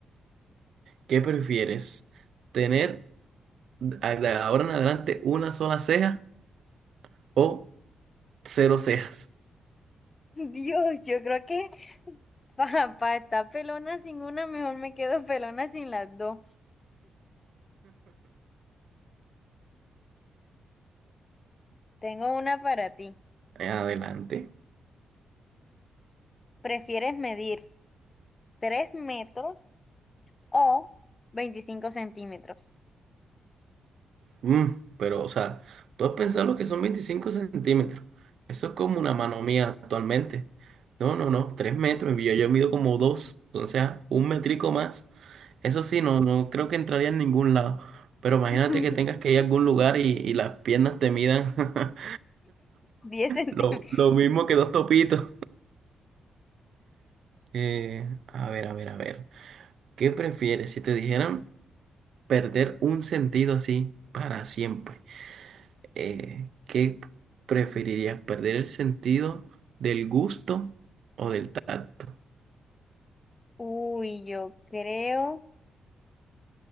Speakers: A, on the right (about 70°); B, on the left (about 30°).
A: ¿Qué prefieres? ¿Tener a- de ahora en adelante una sola ceja o cero cejas
B: Dios, yo creo que <laughs> para estar pelona sin una, mejor me quedo pelona sin las dos. Tengo una para ti.
A: en adelante.
B: ¿Prefieres medir 3 metros o veinticinco centímetros?
A: Mm, pero, o sea, tú has pensado lo que son 25 centímetros. Eso es como una mano mía actualmente. No, no, no, tres metros. y Yo, yo mido como dos. Entonces, ah, un metrico más. Eso sí, no, no creo que entraría en ningún lado. Pero imagínate
B: <laughs>
A: que tengas que ir a algún lugar y, y las piernas te midan <laughs>
B: 10 centímetros.
A: lo, lo mismo que dos topitos. Eh, a ver, a ver, a ver. ¿Qué prefieres? Si te dijeran perder un sentido así para siempre. Eh, ¿qué preferirías? ¿Perder el sentido del gusto o del tacto?
B: Uy, yo creo.